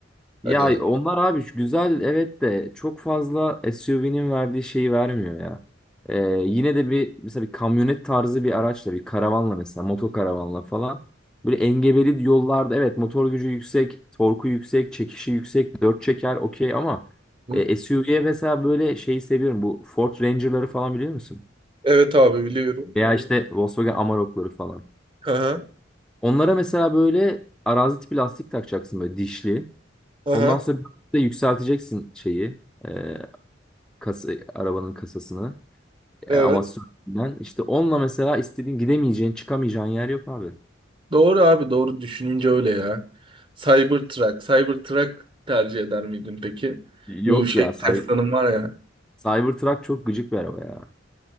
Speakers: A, in the centre; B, on the right.
A: Ya
B: Hani
A: onlar abi şu güzel evet de çok fazla SUV'nin verdiği şeyi vermiyor ya. Ee, yine de bir mesela bir kamyonet tarzı bir araçla bir karavanla mesela motokaravanla falan böyle engebeli yollarda evet motor gücü yüksek, torku yüksek, çekişi yüksek, dört çeker okey ama
B: Hı?
A: e, SUV'ye mesela böyle şeyi seviyorum bu Ford Ranger'ları falan biliyor musun?
B: evet abi biliyorum.
A: Veya işte Volkswagen Amarok'ları falan.
B: Aha,
A: Onlara mesela böyle arazi tipi lastik takacaksın böyle dişli.
B: aha,
A: Ondan sonra bir de yükselteceksin şeyi. E, kasa, arabanın kasasını. E,
B: evet.
A: ama sürtünden. işte onunla mesela istediğin gidemeyeceğin, çıkamayacağın yer yok abi.
B: Doğru abi doğru düşününce öyle ya. Cybertruck, Cybertruck tercih eder miydin peki? Bu
A: Yok
B: şey
A: ya. Cyber,
B: Tesla'nın var ya.
A: Cybertruck çok gıcık bir araba ya.